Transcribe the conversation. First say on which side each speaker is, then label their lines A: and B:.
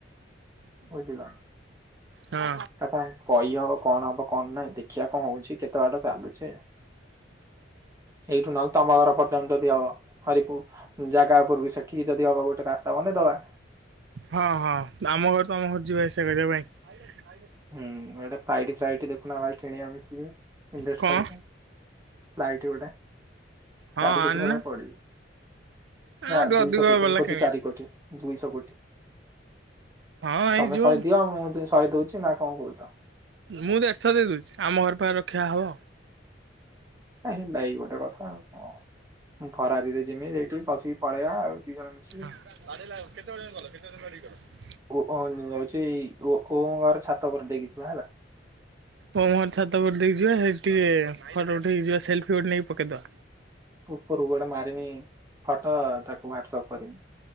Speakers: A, on the right; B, on the right.
A: ବୁଝିଲ
B: ହଁ
A: ଏଭଡ଼ା କହିହବ କଣ ହବ କଣ ନାହିଁ ଦେଖିଆ କଆଁ ହଉଚି କେତେ ବାଟ ଚାଲୁଛେ। ଏଇଠୁ ନଲ୍ ତମ ଘର ପର୍ଯ୍ୟନ୍ତ ଯଦି ହବ ହରିପୁ ଜାଗା ଉପୁରକୁ ସେଠିକି ଯଦି ହବ ଗୋଟେ ରାସ୍ତା ବନେଇଦବା।
B: ହଁ ହଁ ଆମ ଘର ତମ ଘର ଯିବା ଆସିବା କରିବା ପାଇଁ। ହୋଇ ଲାଇଟ୍ରେ ମାଇ ଲାଇଟ
A: ହୁଁ ଗୋଟେ ଫ୍ଲାଇଟ ଫ୍ଲାଇଟ ଦେଖୁନ ଭାଇ କିଣିବା ମିଶିକି ଇନଭେଷ୍ଟ
B: କଣ
A: କରିବ। ଫ୍ଲାଇଟଗୋଟେ
B: ହଁ
A: ଚାରି କୋଟି
B: ଆଣନା
A: ଭଳିଆ ପଡିିବ।
B: ଆଉ
A: ନା
B: ଟିକେ ଅଧିକ
A: ଦୁଇଶହ କୋଟି
B: ବାଲା
A: ମୁଁ କୋଉଚି
B: କିଣିବା।
A: ଚାରି କୋଟି ଦୁଇଶହ କୋଟି।
B: ହଁ ହେଇଯିବ
A: ତମେ ସହେ ଦିଅ ମୁଁ ସହେ ଦଉଚି ନା କଣ କହୁଛ।
B: ମୁଁଦେଢ ଶହ ଦେଇଦଉଚି ଆମ ଘର ପାଖର ଖିଆ ହବ।
A: ହେଲା ଏଇ ଗୋଟେ କଥା ଆଉ କଣ ମୁଁ ଫରାରୀରେ ଯିମି ସେଇଠି ବସିକି ପଳେଇବା ଆଉ ଦି ଜଣ ମିଶି
B: <unintelligible> କେତେବେଳେ ଗଲ କେତେବେଳେ ଗଡିଗଲ।
A: ଓ ଯାଉଚି ଓ ମୋ ଘର ଛାତ ଉପର ଦେଇକି ଯିବା ହେଲା।
B: ଓମ୍ ହର ଛାତଉପର ଦେଇକି ଯିବା ହେଟିଫଟୋ ଉଠେଇକି ଯିବା ସେଲ୍ଫି ଗୋଟେ ନେଇକି ପକେଇଦବା।
A: ଉପରକୁ ଗୋଟେ ମାରିନି ଫଟୋ ତାକୁ ହ୍ଵାଟସପ୍ କରମି।